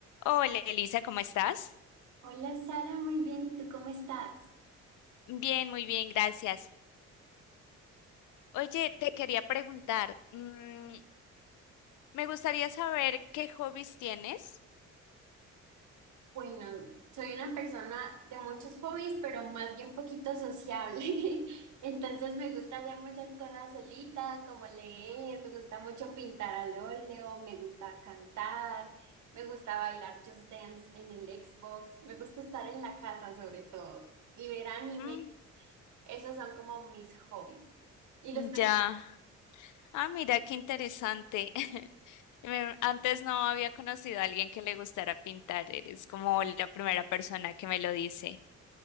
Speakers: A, on the left; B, on the right.
A: Hola Elisa, ¿cómo estás?
B: Hola Sara, muy bien. ¿Y tú cómo estás?
A: Bien, muy bien, gracias. Oye, te quería preguntar, mm, me gustaría saber qué hobbies tienes.
B: Bueno, soy una persona de muchos hobbies, pero más bien poquito sociable. <laughs> Entonces me gusta hacer muchas cosas solita, como leer, me gusta mucho pintar al óleo, me gusta cantar, me gusta bailar Just Dance en el Xbox, me gusta estar en la casa sobre todo y ver anime.
A: Mm,
B: Esos son como mis hobbies. ¿Y
A: ya.
B: los <laughs> tuyos?
A: Ah, mira, qué interesante. <laughs> Me- Antes no había conocido a alguien que le gustara pintar. Eres como la primera persona que me lo dice.